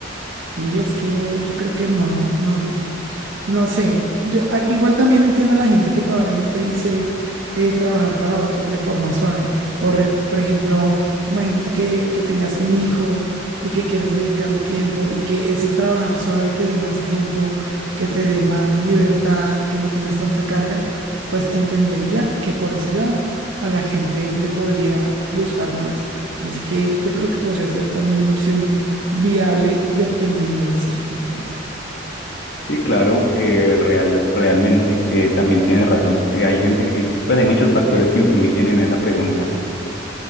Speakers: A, on the right (about 80°); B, on the left (about 60°).
A: Sí, es que yo creo que no, no. No sé, yo ah, igual también entiendo a la gente que probablemente dice eh, trabajar para otros de forma suave. Por, re- por ejemplo, imagínate que, que tengas un hijo y que quieras dedicarle tiempo y que ese trabajar suave te dé más tiempo, que te dé más libertad, que no tengas tanta carga, pues entendería que por ese lado a la gente le podría gustar más. Así que yo creo que podría ser también una opción viable dependiendo de las circunstancias.
B: Sí, claro, eh, real, realmente, eh, también tiene razón. Eh, hay gente que, pues hay muchos factores que influyen en esa pregunta.